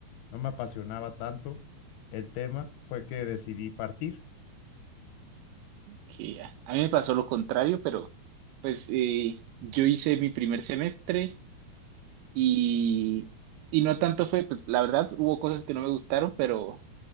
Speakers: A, on the left; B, on the right.
A: no me apasionaba tanto el tema, fue que decidí partir.
B: Que ya. A mí me pasó lo contrario, pero pues eh, yo hice mi primer semestre y, y no tanto fue, pues la verdad hubo cosas que no me gustaron, pero